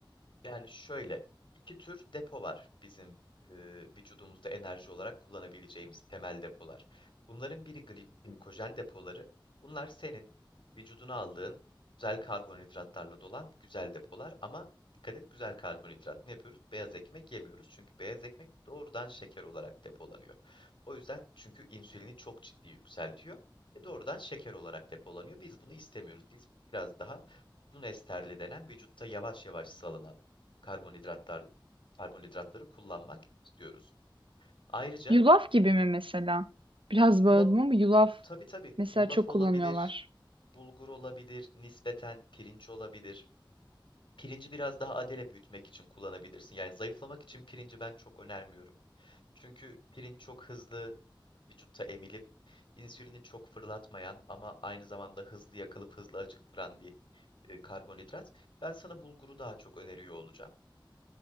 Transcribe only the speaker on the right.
Yulaf gibi mi mesela? Biraz
böldüm ama yulaf
mesela
çok
kullanıyorlar.